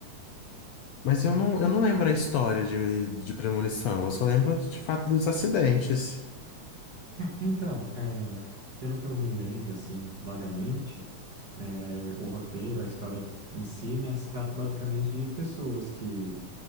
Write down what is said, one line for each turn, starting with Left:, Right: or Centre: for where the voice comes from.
Left: Mas eu não, eu não lembro a história de, de Premonição. Eu só lembro de fato dos acidentes.
Right: Então, é, pelo que eu me lembro, assim, vagamente, né, o roteiro, a história em si, né, se trata basicamente de pessoas que